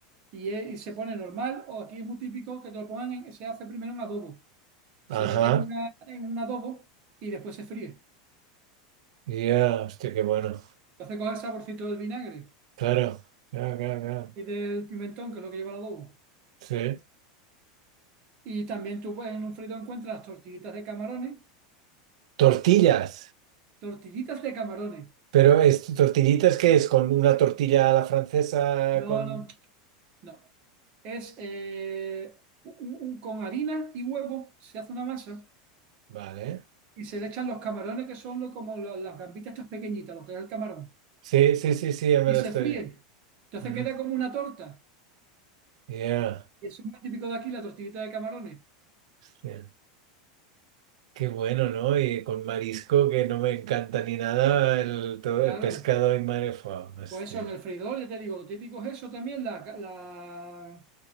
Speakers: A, on the right; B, on the right.
A: Y, es- y se pone normal, o aquí es muy típico que te lo pongan en- se hace primero un adobo. Se
B: Ajá.
A: mete en, una, en un adobo y después se fríe.
B: Ya, hostia, qué bueno.
A: Entonces coge el saborcito del vinagre
B: Claro, claro, claro, claro.
A: y del pimentón, que es lo que lleva el adobo.
B: Sí.
A: Y también tú pues, en un frito encuentras tortillitas de camarones,
B: Tortillas.
A: tortillitas de camarones
B: Pero es tortillitas que es con una tortilla a la francesa
A: No,
B: con...
A: no, no. Es eh, un- un- con harina y huevo se hace una masa
B: Vale.
A: y se le echan los camarones que son lo- como la- las gambitas estas pequeñitas, lo que es el camarón,
B: Sí, sí, sí, sí, ya me
A: y
B: lo
A: se
B: estoy...
A: fríe. Entonces
B: Mm,
A: queda como una torta.
B: yeah,
A: Y eso es muy típico de aquí, la tortillita de camarones.
B: yeah. Qué bueno, ¿no? Y con marisco que no me encanta ni nada, el, todo
A: Claro.
B: el pescado en marefa. Hostia.
A: Pues eso en el freidor, ya te digo, lo típico es eso también, la, ga- la-